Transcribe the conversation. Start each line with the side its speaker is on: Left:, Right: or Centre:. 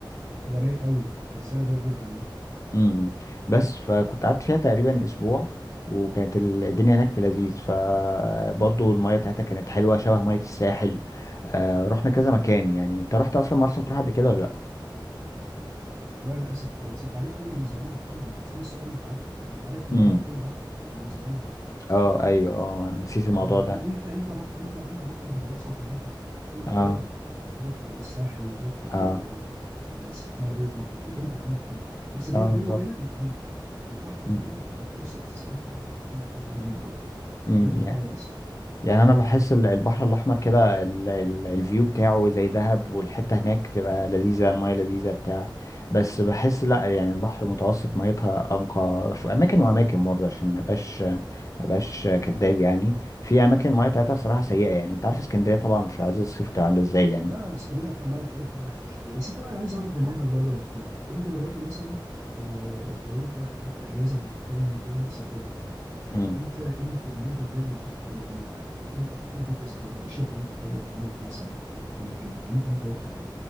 Right: ده رايق قوي ده السعر رايق جدا ده
Left: امم بس فكنت قعدت فيها تقريبا اسبوع وكانت ال- الدنيا هناك في لذيذ فبرضه المياه بتاعتها كانت حلوه شبه مياه الساحل آه رحنا كذا مكان يعني انت رحت اصلا مرسى مطروح قبل كده ولا لا
Right: لا للاسف خالص انت عارف ان انا من زمان يا محمد انت بتسالني السؤال انت عارفه انت عارف ان
Left: امم
Right: انا على طول بحر احمر من زمان
Left: اه ايوه اه نسيت
Right: يعني
Left: الموضوع ده
Right: انت انت بحر انت انت بحر متوسط انا عارف إنك على طول
Left: اه
Right: كده تروح الساحل تروح ال-
Left: اه
Right: آه، اسمها إيه ديت مطروح تحب انت الاماكن دي بس بين-
Left: اه
Right: بيني
Left: بالظبط
Right: وبينك انت عندك حق البحر
Left: مم.
Right: المتوسط الصراحه البحر الميه بتاعته جميله قوي
Left: مم.
Right: لا تقارن
Left: يعني يعني انا بحس ال- البحر الاحمر كده ال- ال- الفيو بتاعه زي دهب والحته هناك بتبقى لذيذه المايه لذيذه بتاع بس بحس لا يعني
Right: اه
Left: البحر المتوسط ميتها انقى في اماكن واماكن برضه عشان ما بقاش ما بقاش كداب يعني في اماكن المايه بتاعتها صراحه سيئه
Right: اه
Left: يعني انت عارف اسكندريه طبعا في عز الصيف بتبقى عامله ازاي يعني
Right: لا اسكندريه في الميه بتاعتها بقت مش حلوه بس انت بقى انا عايز اعرف دماغك برضه يا أبو حميد انت دلوقتي مثلا آه لو انت خدت اجازه محترمه كده وسافرت آه
Left: امم
Right: انت ايه اللي في دماغك غير البحر والرماية ايه الاكتيفيتيز او الانشطه اللي انت تحب تعملها مثلا في في المكان ده يعني انت متوقع ايه